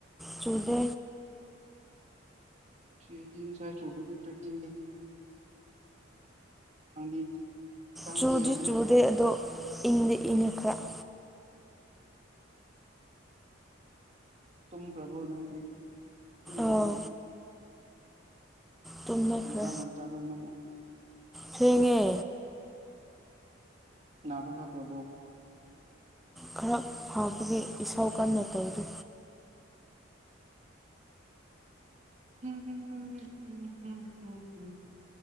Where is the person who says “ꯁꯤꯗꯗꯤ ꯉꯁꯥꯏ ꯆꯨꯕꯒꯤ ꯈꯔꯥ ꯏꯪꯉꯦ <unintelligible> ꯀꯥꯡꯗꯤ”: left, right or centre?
Right